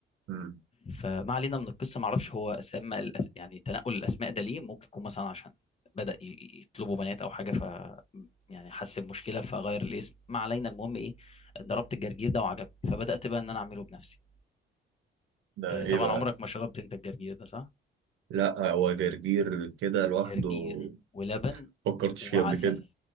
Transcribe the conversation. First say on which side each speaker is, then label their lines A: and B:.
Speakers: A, on the right; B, on the left.
A: مم.
B: فما علينا من القصه ما اعرفش هو اسماء الأس... يعني تنقل الاسماء ده ليه ممكن يكون مثلا عشان بدأ ي- يطلبوا بنات او حاجه ف يعني حس بمشكله فغير الاسم ما علينا المهم ايه ضربت الجرجير ده وعجبني فبدأت بقى ان انا اعمله بنفسي
A: ده
B: آه،
A: ايه
B: طبعا
A: بقى
B: عمرك ما شربت انت الجرجير ده صح
A: لا هو جرجير كده لوحده
B: جرجير ولبن
A: فكرتش
B: وعسل
A: فيه قبل كده